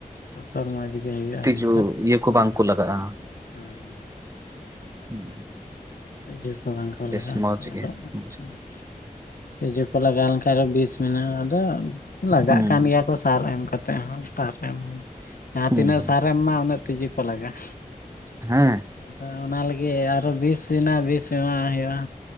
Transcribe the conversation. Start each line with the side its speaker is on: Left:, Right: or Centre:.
Left: ᱯᱷᱚᱥᱚᱞ ᱢᱚᱡᱽ ᱜᱮ ᱦᱩᱭᱩᱜ-ᱟ
Right: ᱛᱤᱡᱩ
Left: ᱦᱩᱭ ᱫᱚ
Right: ᱤᱭᱟᱹ ᱠᱚ
Left: ᱦᱸ
Right: ᱵᱟᱝ ᱠᱚ ᱞᱟᱜᱟᱜᱼᱟ
Left: ᱦᱮᱸ᱾
Right: ᱦᱩᱸ <unintelligible>
Left: ᱛᱤᱡᱩ ᱠᱚ ᱵᱟᱝ ᱠᱚ
Right: ᱵᱮᱥ
Left: ᱞᱟᱜᱟᱜ-ᱟ
Right: ᱢᱚᱸᱡᱽ
Left: ᱟᱨ
Right: ᱜᱮ
Left: ᱫᱚ
Right: ᱢᱚᱸᱡᱽ᱾
Left: ᱦᱸ᱾ ᱛᱤᱡᱩ ᱠᱚ ᱞᱟᱜᱟᱣ ᱞᱮᱱᱠᱷᱟᱱ ᱟᱨᱦᱚᱸ ᱵᱤᱥ ᱢᱮᱱᱟᱜ-ᱟ ᱟᱫᱚ ᱞᱟᱜᱟᱜ
Right: ᱦᱩᱸ
Left: ᱠᱟᱱ ᱜᱮᱭᱟ ᱠᱚ ᱥᱟᱨ ᱮᱢ ᱠᱟᱛᱮᱫ ᱦᱚᱸ ᱥᱟᱨ ᱮᱢ ᱡᱟᱦᱟᱸ
Right: ᱦᱩᱸ
Left: ᱛᱤᱱᱟᱹᱜ ᱥᱟᱨ ᱮᱢ ᱢᱟ ᱩᱱᱟᱹᱜ ᱛᱤᱡᱩ ᱠᱚ ᱞᱟᱜᱟᱜ-ᱟ᱾
Right: ᱦᱮᱸ᱾
Left: ᱟᱫᱚ ᱚᱱᱟ ᱞᱟᱹᱜᱤᱫ ᱟᱨᱚ ᱵᱤᱥ ᱵᱮᱱᱟ ᱵᱤᱥ ᱮᱢᱟᱜ ᱦᱩᱭᱩᱜ-ᱟ᱾